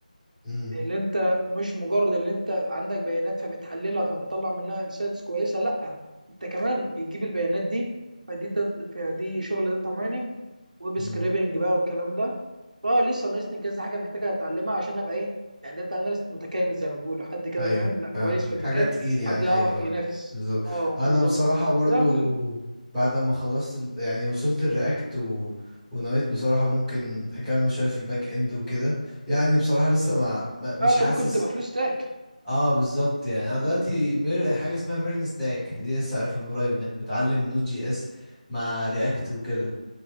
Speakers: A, in the centre; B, on the right.
A: امم
B: اللي انت مش مجرد اللي انت عندك بيانات فبتحللها فبتطلع منها انسايتس كويسه لا انت كمان بتجيب البيانات دي فدي دات فدي شغل داتا مايننج ويب
A: أمم.
B: سكريبنج بقى والكلام ده فاه لسه ناقصني كذا حاجه محتاجه اتعلمها عشان ابقى ايه يعني داتا اناليست متكامل زي ما بيقولوا حد كده
A: ايوه
B: فاهم لا
A: فاهمك
B: كويس في
A: حاجه
B: المجال
A: تقيل يعني
B: حد يعرف
A: ايوه
B: ينافس
A: بالظبط
B: اه
A: انا
B: بالظبط
A: بصراحه برضو
B: وده ال-
A: بعد ما خلصت ال- يعني وصلت الرياكت و... ونويت بصراحه ممكن اكمل شويه في الباك اند وكده يعني بصراحه لسه ما ما- مش
B: اه انت
A: حاسس
B: ممكن تبقى فول ستاك
A: اه بالظبط يعني انا دلوقتي مير... حاجه اسمها ميرن ستاك دي لسه عارفها من قريب انك بتعلم نود جي اس مع رياكت وكده